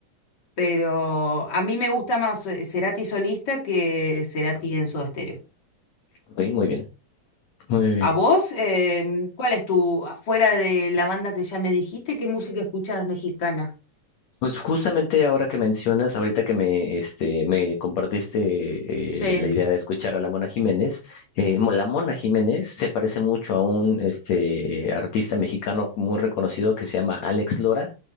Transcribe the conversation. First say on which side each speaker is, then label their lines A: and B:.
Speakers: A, on the left (about 35°); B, on the left (about 60°).
A: Pero a mí me gusta más eh, Cerati solista que Cerati en Soda Stereo.
B: Ok, muy bien. Muy bien.
A: ¿A vos? eh, ¿cuál es tu, afuera de la banda que ya me dijiste, qué música escuchás mexicana?
B: Pues justamente ahora que mencionas, ahorita que me, este, me compartiste
A: Sí,
B: eh, la idea de escuchar a la Mona Jiménez, eh, mo- la Mona Jiménez se parece mucho a un este, artista mexicano muy reconocido que se llama Alex Lora